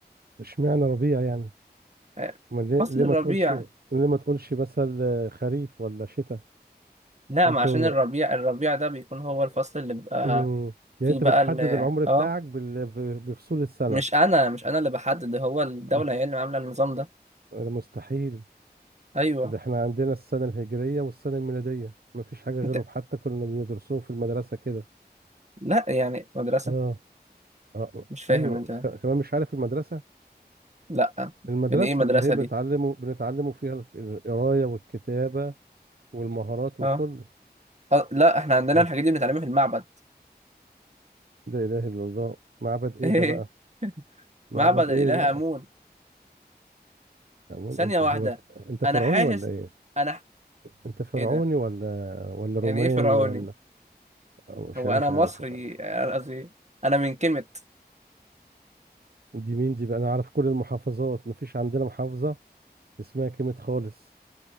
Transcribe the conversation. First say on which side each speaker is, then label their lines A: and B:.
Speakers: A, on the right; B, on the right.
A: اشمعنى ربيع يعني
B: آه،
A: ما ليه
B: فصل
A: ليه ما
B: الربيع
A: تقولش ليه ما تقولش مثلا خريف ولا شتاء
B: لا
A: انتوا
B: ما عشان الربيع الربيع ده بيكون هو الفصل اللي بيبقى
A: مم. يعني
B: فيه
A: انت
B: بقى
A: بتحدد
B: ال...
A: العمر
B: اه
A: بتاعك بال- ب- بفصول السنة
B: مش انا مش انا اللي بحدد هو الدوله
A: اه
B: هي اللي عامله النظام ده
A: ده مستحيل
B: ايوه
A: ده احنا عندنا السنة الهجرية والسنة الميلادية مفيش حاجة غيرهم
B: انت
A: حتى كنا بندرسوهم في المدرسة كده
B: لا يعني مدرسه
A: اه اه
B: مش فاهم
A: ايوه
B: انت
A: ك- كمان مش عارف المدرسة
B: لا
A: المدرسة
B: يعني ايه مدرسة
A: اللي هي بنتعلمه
B: دي
A: بنتعلمه فيها ال- القراية والكتابة والمهارات وكله
B: اه آه، لا احنا عندنا
A: اه
B: الحاجات دي بنتعلمها في المعبد
A: لا اله الا الله معبد ايه
B: <laughs>
A: ده بقى معبد
B: معبد
A: ايه
B: الإله
A: ده
B: آمون
A: هو
B: ثانية
A: انت
B: واحدة
A: هو انت انت فرعوني
B: انا حاسس
A: ولا ايه
B: انا ح-
A: انت فرعوني
B: ايه ده
A: ولا ولا
B: يعني
A: روماني
B: ايه فرعوني
A: ولا مش
B: هو
A: مش
B: انا مصري
A: عارف
B: آه، قصدي انا من كيميت
A: دي مين دي بقى انا عارف كل المحافظات مفيش عندنا محافظة اسمها كلمة خالص